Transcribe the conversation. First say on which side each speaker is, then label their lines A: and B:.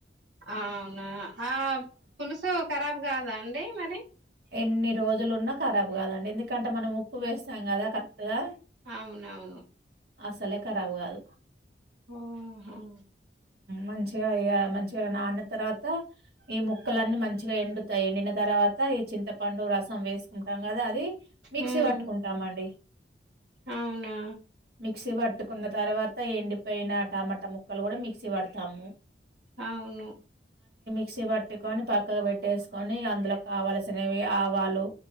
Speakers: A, on the right; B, on the right.
A: ఆ అవునా ఆ పులుసు కరాబ్ కాదాండి అంటే మరి
B: ఎన్ని రోజులున్నా రాబ్ కాదండి ఎందుకంటే మనం ఉప్పు వేస్తాం కదా కరెక్ట్గా
A: అవునవును
B: అసలే ఖరాబ్ కాదు
A: ఆఓ
B: మంచిగా ఇగా మంచిగా నాన్న తర్వాత ఈ ముక్కలన్నీ మంచిగా ఎండుతాయి ఎండిన తర్వాత చింతపండు రసం వేసుకుంటాం కదా అది మిక్సీ
A: హ్మ్.
B: పట్టుకుంటామండి
A: అవునా
B: మిక్సీ పట్టుకున్న తరవాత ఎండిపోయిన టమాటా ముక్కలు కూడా మిక్సీ పడతాము
A: అవును
B: క్సీ పట్టుకొని పక్కకు పెట్టేసుకొని అందులో కావాల సినవి ఆవాలు